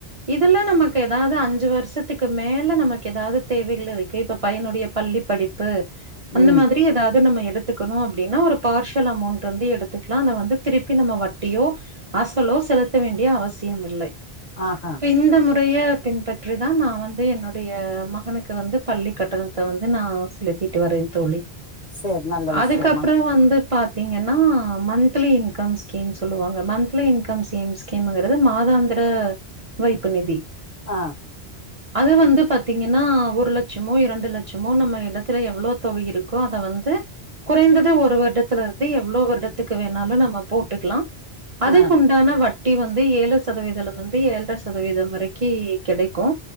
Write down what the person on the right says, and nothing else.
இதுல நமக்கு ஏதாவது அஞ்சு வருஷத்துக்கு மேல நமக்கு எதாவது தேவைகள் இருக்கு இப்ப பையனொடைய பள்ளி படிப்பு அந்த
மாதிரி ஏதாவது நம்ம எ எடுத்துக்கணும் அப்டின்னா ஒரு பார்ஷியல் அமௌண்டட் வந்து எடுத்துக்கலாம் அத வந்து திருப்பி நம்ம வட்டியோ அசலோ செலுத்த வேண்டிய அவசியம் இல்லை
இப்ப இந்த மு டைய பின்பற்றி தா நான் வந்து என்னுடைய மகனுக்கு க்கு வந்து பள்ளி கட்டணத்த வந்து நா சேலித்திட்டு வரேன் தோழி
அதுக்கப்பறோ வந்து பாத்தீங்கன்னா மந்த்லி இன்கம் ஸ்கீம் சொல்லுவாங்க மந்த்லி இன்கம்ஸம் ஸ்கீம்ங்கிறது மாதாந்திர வைப்பு நிதி
அது வந்து பாத்தீங்கன்னா ஒரு லட்சமோ இரண்டு லட்சமோ நம்ம இடத்துல எவ்ளோ தொகை இருக்கோ அத வந்து குறைந்தது ஒரு வருடத்துல இருந்து எவ்வளோ வருடத்துக்கு வேணாலும் நம்ம போட்டுக்கலாம் அதுக்குண்டான
வட் ட்டி வந்து ஏழு சதவீதம்லிருந்து ஏழ்ற சதவீதம் வரைக்கும் கெடைக்கோ